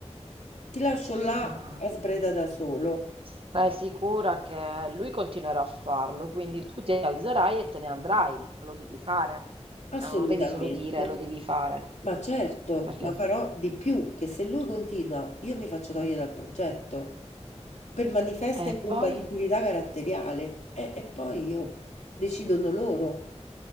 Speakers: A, on the left; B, on the right.
A: Ti lascio là
B: Ma
A: a sbreda da solo.
B: stai sicura che lui continuerà a farlo, quindi tu ti alzerai e te ne andrai, ma lo devi fare.
A: Assolutamente.
B: Cioè, non lo devi solo dire, lo devi fare.
A: Ma certo,
B: Perché?
A: ma farò di più, che se lui continua, io mi faccio togliere dal progetto per manifesta
B: E
A: incompatibilità
B: poi?
A: caratteriale e, e poi io decidono loro